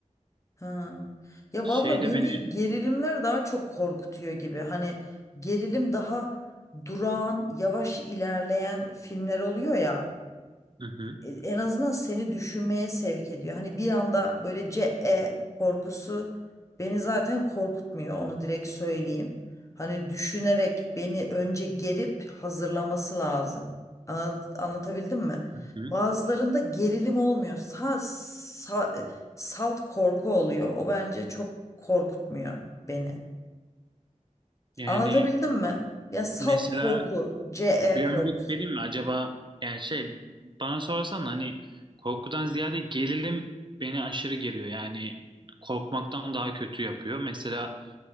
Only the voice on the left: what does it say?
Ha. Ya
valla
beni
gerilimler daha çok korkutuyor gibi. Hani gerilim daha durağan, yavaş ilerleyen filmler oluyor ya.
e, en azından seni düşünmeye sevk ediyor. Hani bir anda böyle C E korkusu beni zaten korkutmuyor. Onu direkt söyleyeyim. Hani düşünerek beni önce gerip hazırlaması lazım. Ana- Anlatabildim mi?
Bazılarında gerilim olmuyor. Sa sa- e, salt korku oluyor. O bence çok korkutmuyor beni.
Anlatabildim mi? Ya salt
korku, C
E korkusu.